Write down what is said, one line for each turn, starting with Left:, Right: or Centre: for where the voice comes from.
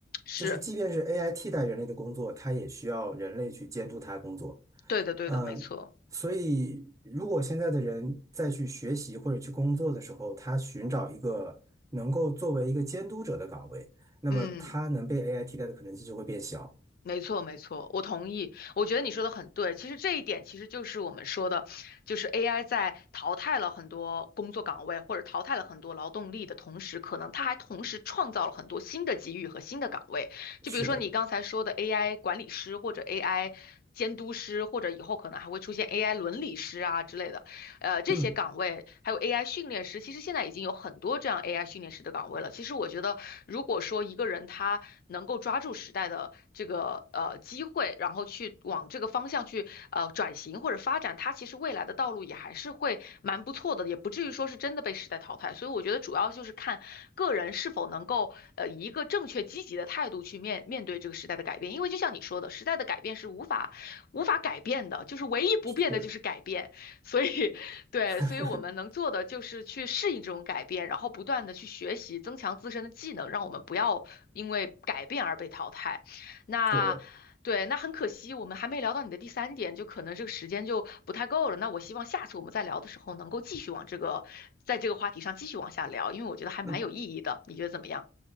Left: 是
Right: 就是即便是 AI 替代人类的工作，它也需要人类去监督它的工作。
Left: 对的对的，
Right: 嗯，
Left: 没错，
Right: 呃所以如果现在的人再去学习或者去工作的时候，他寻找一个能够作为一个监督者的岗位，那么他能被
Left: 嗯。
Right: AI 替代的可能性就会变小。
Left: 没错，没错，我同意。我觉得你说的很对。其实这一点其实就是我们说的，就是 AI 在淘汰了很多工作岗位或者淘汰了很多劳动力的同时，可能它还同时创造了很多新的机遇和新的岗位。就比如说你刚才说的
Right: 是的，
Left: AI 管理师或者 AI 监督师，或者以后可能还会出现 AI 伦理师啊之类的。呃，这些岗位还有
Right: 嗯，
Left: AI 训练师，其实现在已经有很多这样 AI 训练师的岗位了。其实我觉得，如果说一个人他能够抓住时代的这个呃机会，然后去往这个方向去呃转型或者发展，他其实未来的道路也还是会蛮不错的，也不至于说是真的被时代淘汰。所以我觉得主要就是看个人是否能够呃以一个正确积极的态度去面面对这个时代的改变，因为就像你说的，时代的改变是无法无法改变的，就是唯一不变的就是改变。
Right: 是。
Left: 所以对，
Right: <laughs>
Left: 所以我们能做的就是去适应这种改变，然后不断的去学习，增强自身的技能，让我们不要因为改变而被淘汰。那对，
Right: 是的，
Left: 那很可惜，我们还没聊到你的第三点，就可能这个时间就不太够了。那我希望下次我们再聊的时候，能够继续往这个，在这个话题上继续往下聊，因为我觉得还蛮有意义的。
Right: 嗯，
Left: 你觉得怎么样？